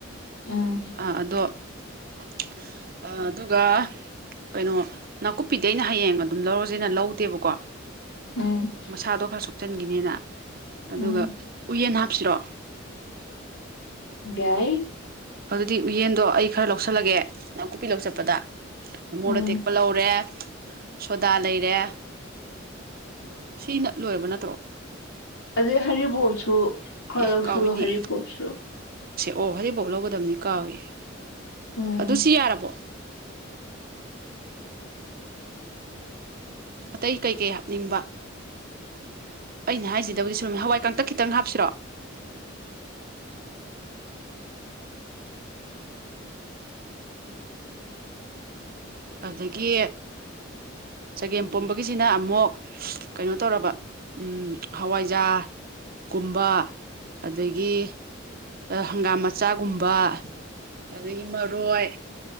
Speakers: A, on the left; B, on the right.
A: ꯎꯝ
B: ꯑꯥ <inaudible> ꯑꯗꯨꯒ ꯀꯩꯅꯣ ꯅꯥꯀꯨꯞꯄꯤꯗꯤ ꯑꯩꯅ ꯍꯌꯦꯡ ꯑꯗꯨꯝ ꯂꯧꯔꯁꯦꯅ ꯂꯧꯗꯦꯕꯀꯣ
A: ꯎꯝ
B: ꯃꯁꯥꯗꯣ ꯈꯔ ꯁꯣꯛ ꯆꯤꯟꯒꯤꯅꯤꯅ ꯑꯗꯨꯒ
A: ꯎꯝ
B: ꯎꯏꯌꯦꯟ ꯍꯥꯞ ꯁꯤꯔꯣ
A: ꯌꯥꯏ
B: ꯑꯗꯨꯗꯤ ꯎꯌꯦꯟꯗꯣ ꯑꯩ ꯈꯔ ꯂꯧꯁꯜꯂꯒꯦ ꯅꯥꯀꯨꯞꯄꯤ ꯂꯧꯕ ꯆꯠꯄꯗ ꯃꯣꯔꯣꯛ
A: ꯎꯝ
B: ꯑꯇꯦꯛꯄ ꯂꯧꯔꯦ ꯁꯣꯗꯥ ꯂꯩꯔꯦ ꯁꯤꯅ ꯂꯣꯏꯔꯕ ꯅꯠꯇ꯭ꯔꯣ
A: ꯑꯗꯩ ꯍꯔꯤꯕꯣꯕꯁꯨ ꯈꯔ
B: ꯑꯦ
A: ꯂꯧꯁꯜꯂꯣ
B: ꯀꯥꯎꯏꯅꯦ
A: ꯍꯥꯔꯤꯕꯣꯞꯁꯨ
B: ꯑꯣ ꯍꯩꯔꯤꯕꯣꯞ ꯂꯧꯒꯗꯕꯅꯤ ꯀꯥꯎꯏ
A: ꯎꯝ
B: ꯑꯗꯨꯁꯨ ꯌꯥꯔꯕꯣ ꯑꯇꯩ ꯀꯩꯀꯩ ꯍꯥꯞꯅꯤꯡꯕ ꯑꯩꯅ ꯍꯥꯏꯖꯤꯗꯕꯨꯗꯤ ꯁꯨꯝ ꯍꯋꯥꯏ ꯀꯥꯡꯇꯛ ꯈꯤꯇꯪ ꯍꯥꯞꯁꯤꯔꯣ ꯑꯗꯒꯤ ꯆꯒꯦꯝ ꯄꯣꯝꯕꯒꯤꯁꯤꯅ ꯑꯃꯨꯛ ꯀꯩꯅꯣ ꯇꯧꯔꯕ ꯍꯋꯥꯏꯖꯥꯒꯨꯝꯕ ꯑꯗꯒꯤ ꯍꯪꯒꯥꯝ ꯃꯆꯥꯒꯨꯝꯕ ꯑꯗꯒꯤ ꯃꯔꯣꯏ